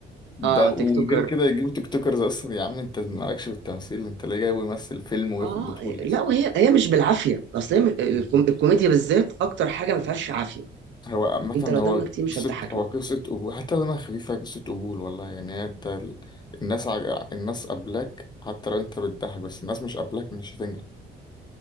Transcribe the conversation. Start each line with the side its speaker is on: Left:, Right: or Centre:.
Left: ده
Right: اه تيك
Left: وغير
Right: توكر
Left: كده يجيبوا تيك توكرز اصلا يا عم انت مالكش في التمثيل انت ليه جايبه يمثل فيلم وياخد
Right: اه
Left: بطولة
Right: لا
Left: اصلا
Right: وهي هي مش بالعافيه اصل هي م- الكوم-
Left: مم.
Right: الكوميديا بالذات اكتر حاجه ما فيهاش عافيه
Left: هو عامة
Right: انت لو دمك
Left: هو
Right: كتير مش
Left: قصة
Right: هتضحكني
Left: هو قصة قبول حتى لما خفيفة قصة قبول والله يعني هي انت ال- الناس عج... الناس قبلك حتى لو انت بتضحك بس الناس مش قبلك مش هتنجح